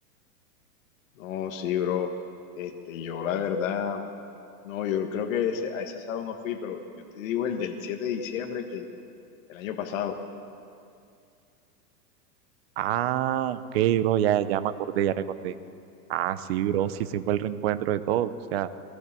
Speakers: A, on the left (about 50°); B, on the right (about 40°).
A: No, sí, bro. Este, yo la verdad, no, yo creo que ese, a ese asado no fui, pero yo te digo el del 7 de diciembre que el año pasado.
B: Ah, ok, bro, ya, ya me acordé, ya recordé. Ah, sí, bro, sí, se fue el reencuentro de todos, o sea.